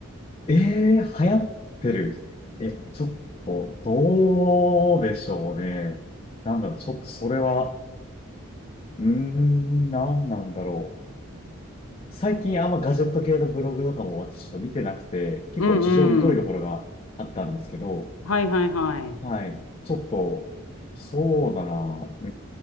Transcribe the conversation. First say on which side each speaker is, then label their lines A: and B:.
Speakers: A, on the left; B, on the left.
A: ええー、流行ってる。えっと、ちょっと、どうでしょうね。なんだろう、ちょっとそれは、うーん、なんなんだろう。最近あんまガジェット系のブログとかも私ちょっと見てなくて、結構事情疎いところがあったんですけど、
B: うんうん。はいはいはい。
A: はい。ちょっと、そうだな。う